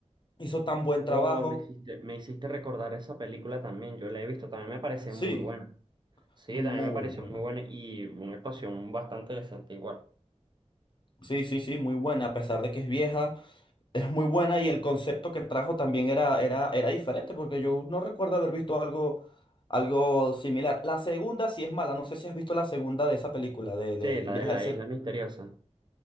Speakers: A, on the left; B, on the right.
A: Hizo tan buen
B: Oh,
A: trabajo.
B: me hiciste, me hiciste recordar esa película también, yo la he visto, también me parece
A: Sí,
B: muy buena. Sí,
A: muy
B: también me pareció
A: buena.
B: muy buena y una actuación bastante decente igual.
A: Sí, sí, sí, muy buena. A pesar de que es vieja, es muy buena y el concepto que trajo también era, era, era diferente, porque yo no recuerdo haber visto algo, algo similar. La segunda sí es mala. No sé si has visto la segunda de esa película, de, de,
B: Sí,
A: de
B: la
A: Viaje
B: de la
A: al Centro.
B: isla misteriosa.